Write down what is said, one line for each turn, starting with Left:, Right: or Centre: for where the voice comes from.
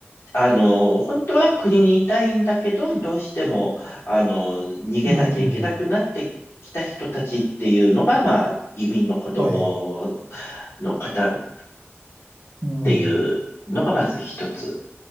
Left: あの、本当は国にいたいんだけど、どうしても、あの、逃げなきゃいけなくなってきた人たちっていうのが、
Right: うん、
Left: まあ、移民の子供
Right: はい、
Left: の方っ
Right: うん、
Left: ていうのがまず一つ。